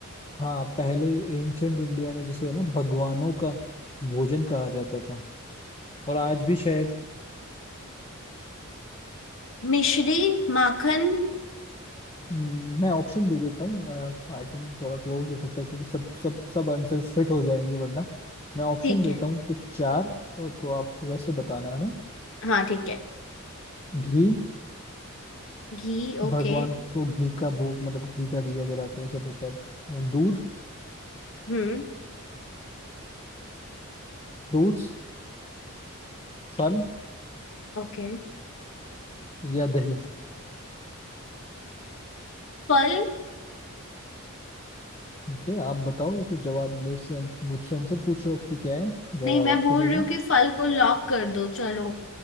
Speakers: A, on the left; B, on the left.
A: हाँ पहले एंशंट इंडिया में जिसे है ना भगवानों का भोजन कहा जाता था और आज भी शायद
B: मिश्री माखन
A: हम्म, मैं ऑप्शन दे देता हूँ आई थिंक थोड़ा क्लोज हो सकता है क्योंकि सब सब सब आंसर्स फिट हो जाएंगे वरना मैं ऑप्शन
B: ठीक
A: देता
B: है
A: हूँ कुछ चार तो, तो आप वैसे बताना है ना
B: हाँ ठीक है
A: घी
B: घी ओके
A: भगवान को घी का भोग मतलब घी का दिया जलाते हैं सब होता है अ, दूध
B: हम्म
A: फ्रूट्स फल
B: ओके
A: या दही
B: फल
A: ओके आप बताओ ये तो जवाब मेरे से मुझसे आंसर पूछ रहे हो आपकी क्या है जवाब
B: नहीं मैं
A: आपको
B: बोल
A: देना
B: रही हूँ
A: है
B: कि फल को लॉक कर दो चलो